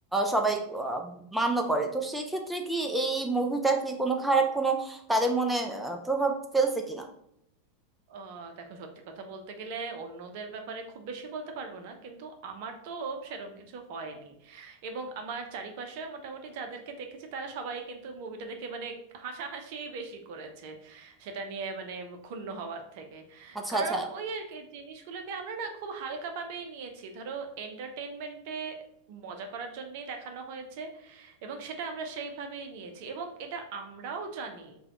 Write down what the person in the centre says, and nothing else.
সবাই আহ, মান্য করে তো সেই ক্ষেত্রে কি এই মুভিটা কি কোনো খারাপ কোনো তাদের মনে আহ, প্রভাব ফেলছে কিনা
আচ্ছা
আচ্ছা